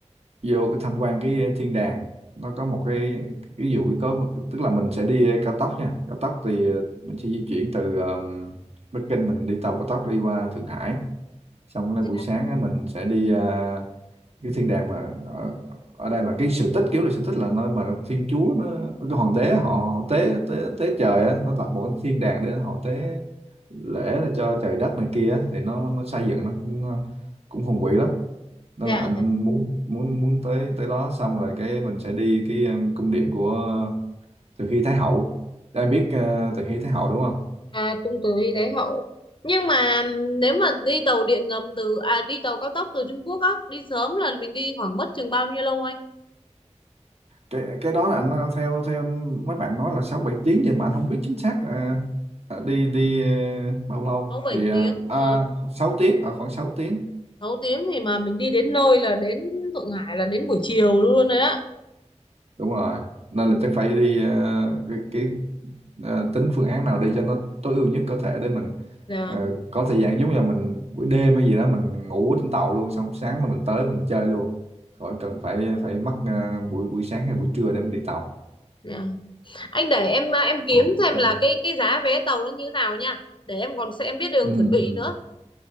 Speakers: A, on the right; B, on the left.
A: vô cái tham quan cái thiên đàng. Nó có một cái ví dụ có một, tức là mình sẽ đi cao tốc nha. Cao tốc thì ờ, mình sẽ di chuyển từ um, Bắc Kinh mình đi tàu cao tốc đi qua Thượng Hải. Xong cái
B: dạ
A: buổi sáng á, mình sẽ đi à, cái thiên đàng mà ở, ở đây là cái sự tích kiểu là sự tích là nơi mà thiên chúa nó cái hoàng đế họ, họ tế tế tế trời á nó tạo một cái thiên đàng để họ tế lễ để cho trời đất này kia á, thì nó nó xây dựng nó cũng ờ, cũng hùng vĩ lắm nên
B: dạ
A: là anh
B: dạ.
A: muốn muốn muốn tới tới đó xong rồi cái mình sẽ đi cái em, cung điện của Từ Hy Thái Hậu em biết ờ, Từ Hy Thái Hậu đúng không
B: à cung từ Thái Hậu nhưng mà nếu mà đi tàu điện ngầm từ à đi tàu cao tốc từ Trung Quốc á đi sớm là mình đi khoảng mất chừng bao nhiêu lâu anh
A: cái cái đó là anh ờ, theo theo mấy bạn nói là sáu bảy tiếng gì mà anh không biết chính xác là ờ, đi đi ờ, bao lâu
B: sáu bảy
A: thì
B: tiếng
A: uh,
B: mà
A: 6 tiếng ở khoảng 6 tiếng
B: sáu tiếng thì mà mình đi đến nơi là đến Thượng Hải là đến buổi chiều luôn đấy á
A: đúng rồi nên là chắc phải đi ờ, cái, cái ờ, tính phương án nào đi cho nó tối ưu nhất có thể để mình
B: Dạ.
A: ờ, có thời gian giống như là mình buổi đêm hay gì đó mình ngủ ở trên tàu luôn xong sáng là mình tới mình chơi luôn khỏi cần phải phải mất ờ, buổi buổi sáng hay buổi trưa để mình đi tàu
B: Dạ. Anh để em à, em kiếm
A: Ok.
B: thêm là cái cái giá vé tàu nó như nào nha. Để em còn sẽ em biết đường
A: ừ
B: chuẩn bị
A: ừ
B: nữa.